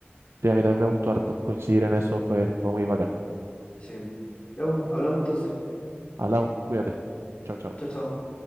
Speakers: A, on the right (about 85°); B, on the left (about 30°).
A: sí, a mí también me gustó harto. Coincidir en eso fue, fue muy bacán.
B: Sí. Ya, pues, hablamos entonces.
A: Hablamos, cuídate. Chao, chao.
B: Chao, chao.